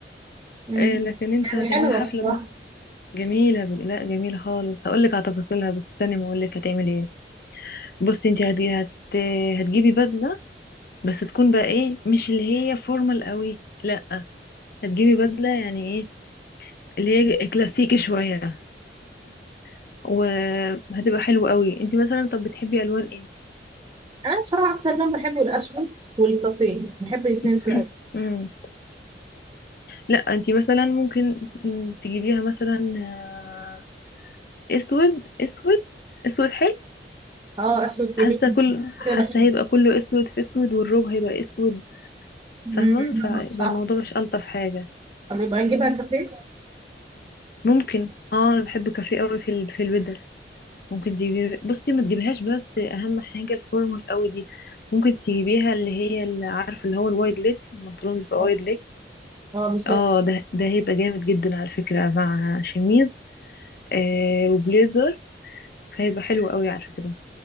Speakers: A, on the right; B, on the left.
A: امم
B: آه، لكن انت
A: كانت
B: هتعملي
A: حلوة
B: حفلة
A: بصراحة
B: بقى جميلة ب... لا جميلة خالص هقولك على تفاصيلها بس استني ما اقولك هتعملي ايه بصي انت هت... هت... هتجيبي بدلة بس تكون بقى ايه مش اللي هي فورمال قوي لا هتجيبي بدلة يعني ايه اللي هي كلاسيكي شوية <clears throat> وهتبقى حلوة قوي انت مثلا طب بتحبي الوان ايه
A: أنا بصراحة أكتر لون بحبه الأسود والكافيه بحب الاتنين
B: <clears throat>
A: دول أوي
B: مم. لا انت مثلا ممكن مم، تجيبيها مثلا آه، اسود اسود اسود حلو
A: اه أسود جميل
B: حاسه كل حاسه
A: كده بحبه
B: هيبقى كله اسود في اسود والروب هيبقى اسود فاهمه
A: امم
B: فيبقى
A: صح
B: الموضوع مش الطف حاجه
A: طب يبقى نجيبها كافيه
B: ممكن اه انا بحب كافيه قوي في ال- في البدل ممكن تجيبي بصي ما تجيبيهاش بس اهم حاجه الفورمال قوي دي ممكن تجيبيها اللي هي اللي عارفه اللي هو الوايد ليج البنطلون بيبقى
A: اه
B: وايد ليج
A: آه، بالظبط
B: اه ده ده هيبقى جامد جدا على فكره مع شميز آه وبليزر فهيبقى حلو قوي على فكره